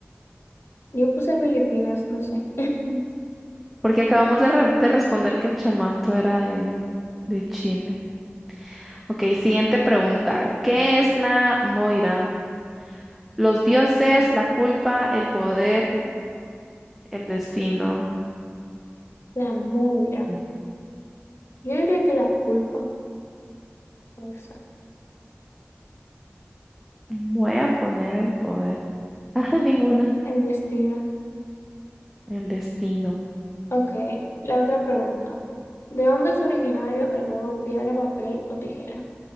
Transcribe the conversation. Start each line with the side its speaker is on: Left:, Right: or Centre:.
Left: Yo puse Filipinas, no sé. <laughs>
Centre: Porque acabamos de, re- de responder que el chamanto era de, de Chile. Ok, siguiente pregunta. ¿Qué es la Moira? Los dioses, la culpa, el poder, el destino.
Left: La muira.
Centre: Mm.
Left: Yo diría que la culpa puede ser,
Centre: Voy a poner el poder. <laughs> Ah, ninguna.
Left: ¿no? El destino.
Centre: El destino.
Left: Ok, la otra pregunta. ¿De dónde es originario el juego piedra, papel o tijera?